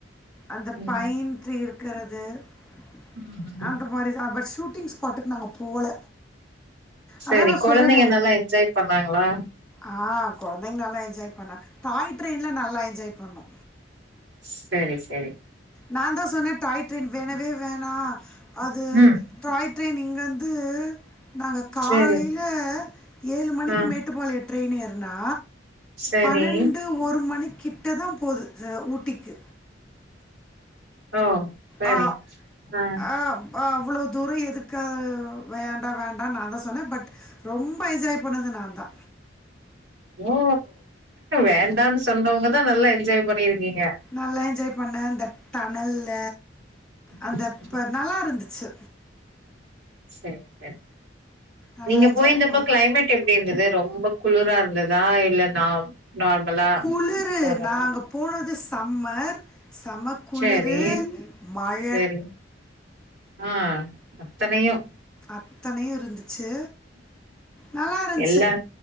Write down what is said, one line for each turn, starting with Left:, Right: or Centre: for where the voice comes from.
Centre: அந்த
Right: ம்
Centre: பைன் ட்ரி இருக்கறது அம்
Right: ம் ம்
Centre: அந்த மாரிதா அப்ப ஷூட்டிங் ஸ்பாட்டுக்கு நாங்க போல
Right: செரி
Centre: அதான் நான்
Right: கொழந்தைங்க
Centre: சொல்றேனே!
Right: நல்லா என்ஜாய் பண்ணாங்களா
Centre: ஆ கொழந்தைங்க நல்லா என்ஜாய் பண்ணா டாய் ட்ரெயின்லா நல்லா என்ஜாய் பண்ணோ
Right: சரி சரி
Centre: நான் தா சொன்னே டாய் ட்ரைன் வேணவே வேணா அது
Right: ம்
Centre: டாய் ட்ரைன் இங்கர்ந்து நாங்க காலையில
Right: சரி
Centre: ஏழு மணிக்கு
Right: ஆ
Centre: மேட்டுப்பாளைய ட்ரெயின் ஏறுனா
Right: சரி
Centre: பன்னெண்டு ஒரு மணி கிட்ட தா போது ச ஊட்டிக்கு
Right: ஓ சரி
Centre: ஆ
Right: ஆ
Centre: ஆம் ஆ அவ்வளோ தூர எதுக்காக வேண்டா வேண்டான்னு நான் தா சொன்ன பட் ரொம்ப என்ஜாய் பண்ணது நான் தா
Right: ஓ வேண்டான்னு சொன்னவங்கதா நல்லா என்ஜாய் பண்ணிருக்கீங்க
Centre: நல்லா என்ஜாய் பண்ண அந்த டனல்ல அந்த
Right: ம் ம்.
Centre: ப நல்லா இருந்துச்சு
Right: சேரி சேரி
Centre: நல்லா
Right: நீங்க
Centre: என்ஜாய்
Right: போயிருந்தப்ப
Centre: பண்ணோம்
Right: கிளைமேட் எப்டி இருந்தது ரொம்ப குளிரா இருந்ததா இல்ல நா நார்மலா
Centre: குளிரு
Right: ஓரளவு
Centre: நாங்க போனது சம்மர் செம்ம குளிரு
Right: சரி
Centre: மழ
Right: சரி ஆ அத்தனையு
Centre: அத்தனையு இருந்துச்சு நல்லா இருந்ச்சு
Right: எல்லா